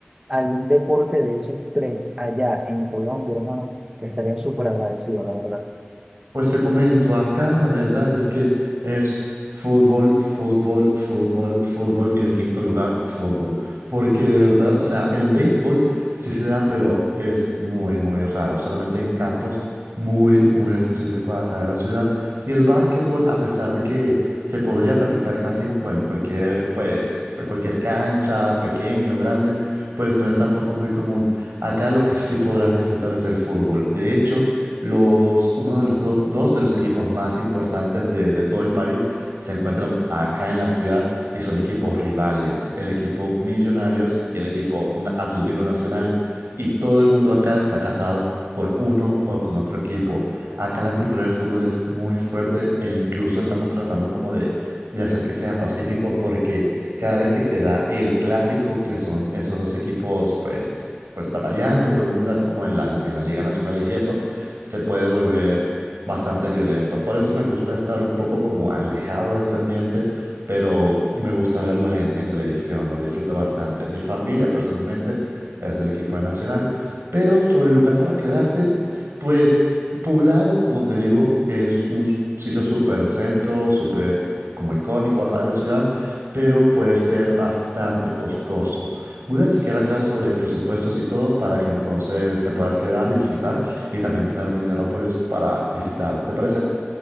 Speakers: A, on the right; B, on the right.
A: algún deporte de esos tres allá en Colombia, hermano, estaría súper agradecido, la verdad.
B: Pues te comento, acá la verdad es que es fútbol, fútbol, fútbol, fútbol y de quinto lugar, fútbol. Porque de verdad, o sea, el béisbol sí se da, pero es muy, muy raro, solamente en campos muy, muy específicos acá de la ciudad. Y el básquetbol, a pesar de que se podría practicar casi en, cu- en cualquier, pues, en cualquier cancha, pequeño o grande, pues no es tampoco muy común. Acá lo que sí podrás disfrutar es el fútbol. De hecho, los, uno de los do- dos de los equipos más importantes de, de todo el país se encuentran acá en la ciudad y son equipos rivales, el equipo Millonarios y el equipo Na- Atlético Nacional. Y todo el mundo acá está casado con uno o con otro equipo. Acá la cultura del fútbol es muy fuerte e incluso estamos tratando como de, de hacer que sea pacífico porque cada vez que se da el clásico, que son esos dos equipos pues, pues batallando por un lugar como en la, en las ligas nacionales y eso, se puede volver bastante violento. Por eso me gusta estar un poco como alejado de ese ambiente, pero me gusta verlos en, en televisión, lo disfruto bastante. Mi familia personalmente es del equipo de Nacional, pero sobre el lugar para quedarte, pues Poblado, como te digo, es un sitio súper centro, súper como icónico acá de la ciudad, pero puede ser bastante costoso. Voy a chequear acá sobre presupuestos y todo para que entonces te puedas quedar y disfrutar y también tener dinero pues para visitar. ¿Te parece?